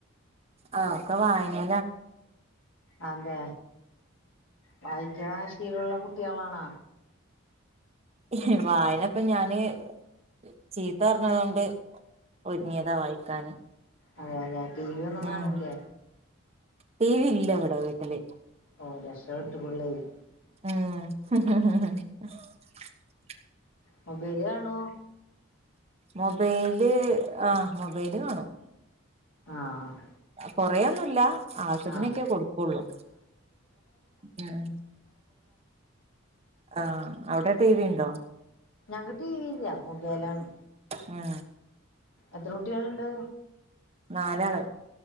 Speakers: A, on the right; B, on the left.
A: ആ ഒക്കെ വായന-
B: ആന്തെ വായിക്കണശീലുള്ള കുട്ടികളാണാ
A: വായന <inaudible>
B: അതേല്ലെ ടി വി ഒന്നും
A: ഉം
B: കാണൂലേ
A: ടി വി ഇല്ലിവിടെ വീട്ടില്
B: ഓ രശപ്പെട്ട് പിള്ളേര്
A: ആഹ് <inaudible>
B: മൊബൈല്കാണോ
A: മൊ ബൈല് ആഹ് മൊബൈല് കാണും
B: ആഹ്
A: കൊറേയൊന്നുല്ല ആവശ്യത്തിനൊക്കെ
B: ആഹ്
A: കൊടുക്കുള്ളൂ ഉം ആഹ് അവിടെ ടി വി ഉണ്ടോ
B: ഞക്ക് ടി വില്ല മൊബൈലാണ്
A: ആ
B: എത്ര കുട്ട്യേളുണ്ട്
A: നാലാള്